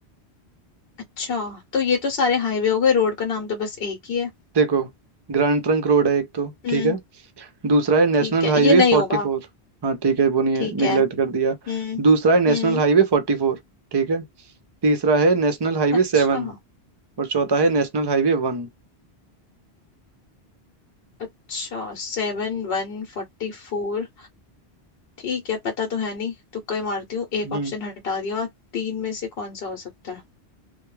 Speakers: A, on the left (about 65°); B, on the right (about 40°).
A: अच्छा तो ये तो सारे हाईवे हो गए रोड का नाम तो बस एक ही है
B: देखो ग्रैंड ट्रंक रोड है एक तो
A: हम्म
B: ठीक है दूसरा है नेशनल
A: ठीक है
B: हाईवे
A: ये नहीं
B: फोर्टी
A: होगा
B: फोर हाँ ठीक है वो नहीं है
A: ठीक
B: निगलेक्ट
A: है
B: कर दिया
A: हम्म
B: दूसरा है नेशनल
A: हम्म
B: हाईवे फोर्टी फोर ठीक है तीसरा है नेशनल हाईवे
A: अच्छा
B: सेवन और चौथा है नेशनल हाईवे वन
A: अच्छा सेवन वन फोर्टी फोर ठीक है पता तो है नहीं तुक्का ही मारती हूँ एक
B: हम्म
A: ऑप्शन हटा दिया तीन में से कौन सा हो सकता